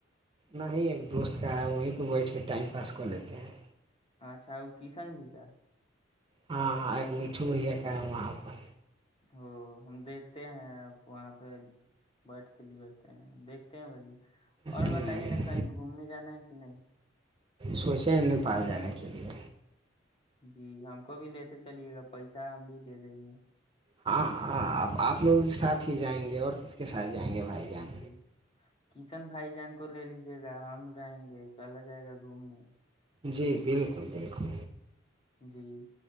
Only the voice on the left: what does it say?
اچھا وہ کشن جی کا
ا ہم دیکھتے ہیں وہاں پہ بٹ کلی دھتے ہیں بھن اور
بتائیے نا کہیں گھومنے جانا ہے کہ نہیں
جی ہم کو بھی لیتے چلیے گا پیسہ ہم بھی دے دیں گے
جی کشن بھائی جان کو لے لیجے گا ہم رہیں گے چل جائے گا گھومنے
جی